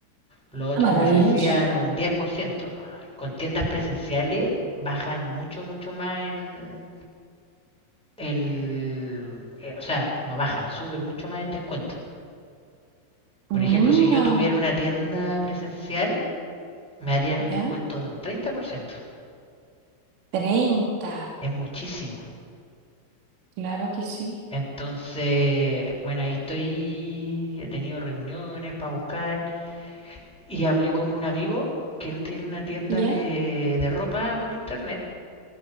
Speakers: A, in the centre; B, on the right.
A: Los otros
B: Ah, maravilloso.
A: me ofrecían un 10% nomás. Con tiendas presenciales bajan mucho, mucho más el... el eh, o sea, no bajan, suben mucho más el descuento. Por ejemplo,
B: Mira,
A: si yo tuviera una tienda presencial, me harían un descuento
B: Ya,
A: de un 30%.
B: Treinta.
A: Es muchísimo.
B: Claro que sí.
A: Entonces, bueno, ahí estoy, he tenido reuniones para buscar y hablé con un amigo que él tiene una tienda
B: ya.
A: de, de ropa por internet